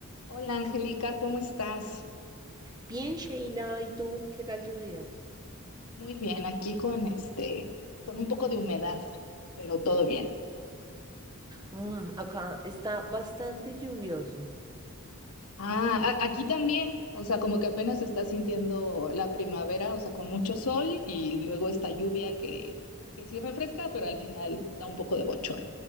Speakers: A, on the left; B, on the right.
A: Hola Angélica, ¿cómo estás?
B: Bien, Sheila, ¿y tú? ¿Qué tal tu día?
A: Muy bien, aquí con este, con un poco de humedad, pero todo bien.
B: Mm, acá está bastante lluvioso.
A: Ah, a- aquí también, o sea, como que apenas se está sintiendo la primavera, o sea, con mucho sol y luego esta lluvia que, que sí refresca, pero al final da un poco de bochorno.